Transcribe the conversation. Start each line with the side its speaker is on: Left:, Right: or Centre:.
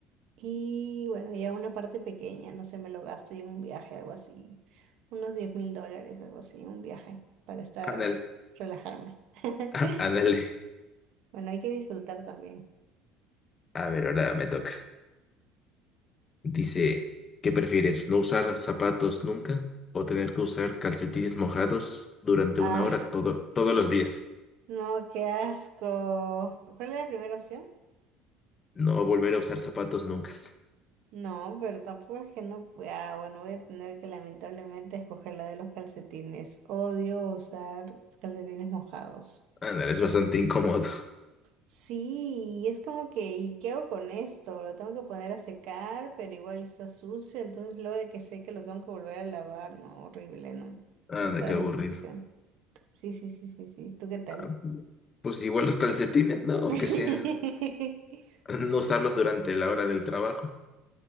Right: Y bueno, ya una parte pequeña, no sé, me lo gasto yo en un viaje, algo así. Unos diez mil dólares, algo así, un viaje, para estar,
Left: Ándale,
Right: relajarme. <laughs>
Left: <laughs> ándale.
Right: Bueno, hay que disfrutar también.
Left: A ver, ahora me toca. Dice, ¿qué prefieres? ¿No usar zapatos nunca o tener que usar calcetines mojados durante
Right: Ah,
Left: una hora todo, todos los días?
Right: no, qué asco. ¿Cuál es la primera opción?
Left: No volver a usar zapatos nunca.
Right: No, pero tampoco es que no. Ah, bueno, voy a tener que lamentablemente escoger la de los calcetines. Odio usar calcetines mojados.
Left: Ándale, es bastante incómodo.
Right: Sí, y es como que, ¿y qué hago con esto? Lo tengo que poner a secar, pero igual está sucio, entonces luego de que seque lo tengo que volver a lavar, no, horrible, no.
Left: <laughs> Ándale,
Right: Me gusta
Left: qué
Right: esa
Left: aburrido.
Right: sensación. Sí, sí, sí, sí, sí. ¿Tú qué tal?
Left: Ah, Pues igual los calcetines, ¿no? Aunque
Right: <laughs>
Left: sea no usarlos durante la hora del trabajo.